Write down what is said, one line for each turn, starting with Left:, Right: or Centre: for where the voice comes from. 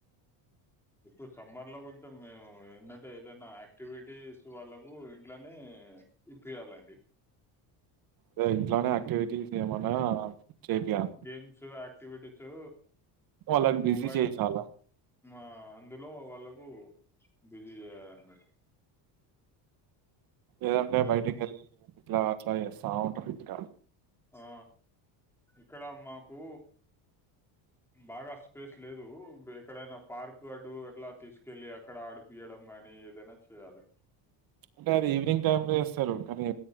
Centre: ఇప్పుడు సమ్మర్లో కొంచెం అంటే ఏదైనా యాక్టివిటీస్ వాళ్ళకు ఇట్లనే ఇప్పియ్యాలండి
Right: ఇదిగో ఇంట్లనే యాక్టివిటీస్ ఏమన్నా చేపియాలి
Centre: గేమ్స్ యాక్టివిటీసు
Right: వాళ్ళని బిజీ
Centre: మొబైల్
Right: చేసాల
Centre: ఆ అందులో వాళ్ళకు బిజీ చేయాలిన్నట్టు
Right: లేదంటే
Centre: అదే
Right: బయటికి
Centre: అర్థమై
Right: వెళ్ళి ఇట్లా అప్లై చేస్తారు బావుంటది ఇక్కడ
Centre: ఆ ఇక్కడ మాకు బాగా స్పేస్ లేదు ఎక్కడైనా పార్క్ అటు అట్లా తీసుకెళ్ళి అక్కడ ఆడిపియడం గానీ ఏదైనా చేయాలి
Right: అంటే ఈవినింగ్ టైమ్ చేస్తరు కాని